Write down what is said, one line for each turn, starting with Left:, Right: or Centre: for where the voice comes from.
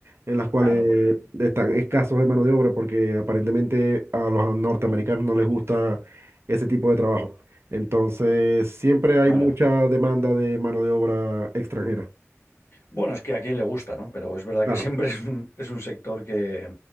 Right: en las cuales
Left: Claro, porque
Right: están escasos de mano de obra, porque aparentemente a los norteamericanos no les gusta ese tipo de trabajo. Entonces, siempre hay
Left: claro,
Right: mucha demanda de mano de obra extranjera.
Left: Bueno, es que a quien le gusta, ¿no? Pero es verdad
Right: Claro.
Left: que <laughs> siempre es un, es un sector que...